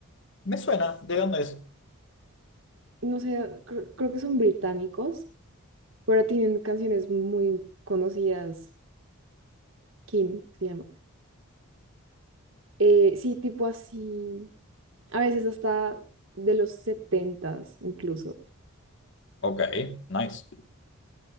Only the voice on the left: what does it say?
Me suena, ¿de dónde es?
Ok, nice.